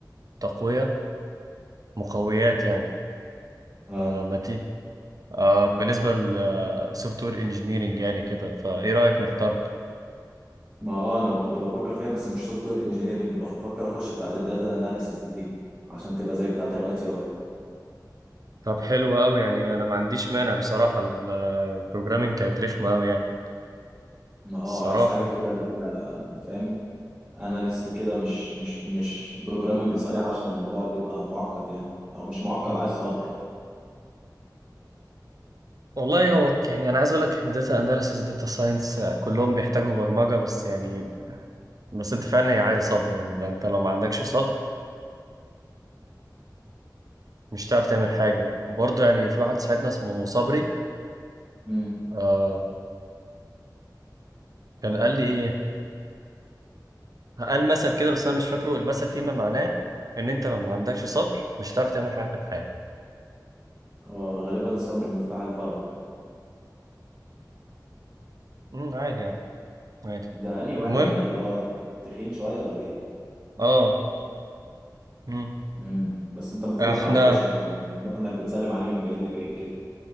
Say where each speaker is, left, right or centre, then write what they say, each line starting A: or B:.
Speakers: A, on the right; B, on the right.
A: تقوية مقويات يعني
B: اه
A: آه، ما تي آه، بالنسبة للسوفت وير انجينيرنج يعني كده فايه رأيك نحتارها؟
B: ما اه انا ما كنت بفكر فيها بس مش سوفت وير انجينيرنج بفكر اخش بتاعه الداتا اناليسيس دي دي عشان تبقى زي بتاعه الاي تي اي
A: طب حلو أوي يعني أنا ما عنديش مانع بصراحة البروجرامينج كانت رخمة أوي يعني
B: ما اه
A: الصراحة
B: عايز حاجه كده
A: يعني.
B: اللي هي فاهم اناليست وكده مش مش مش بروجرامنج صريح عشان الموضوع بيبقى معقد يعني او مش معقد
A: مم.
B: عايز صبر
A: والله هو ك- يعني أنا عايز أقول لك إن داتا أناليسيس داتا ساينس كلهم بيحتاجوا برمجة بس يعني بس أنت فعلا هي عايزة صبر يعني ما أنت لو ما عندكش صبر مش هتعرف تعمل حاجة وبرضه يعني في واحد صاحبنا اسمه صبري
B: امم
A: آه كان قال لي ايه قال مثل كده بس انا مش فاكره المثل فيما معناه ان انت لو ما عندكش صبر مش هتعرف تعمل حاجة في الحياة
B: هو غالبا الصبر مفتاح الفرج
A: امم عادي يا عم عادي
B: ده انهي واحد
A: المهم
B: ده اللي هو تخين شويه ولا ايه ده
A: اه امم
B: امم بس انت المفروض ما
A: احنا
B: تعرفوش انا يعني أنا اعرف انك بتسلم عليه من بعيد لبعيد كده